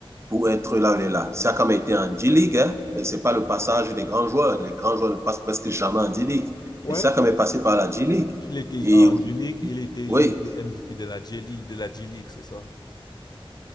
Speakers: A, on the right; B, on the left.
A: pour être là où il est là. Siakam a été en G-League, hein, et c'est pas le passage des grands joueurs. Les grands joueurs ne passent presque jamais en G-League.
B: Ouais,
A: Mais Siakam
B: il
A: est passé par la G-League.
B: il était
A: Et
B: en J-League, il était
A: oui,
B: il était MVP de la J-League, de la J-League, c'est ça?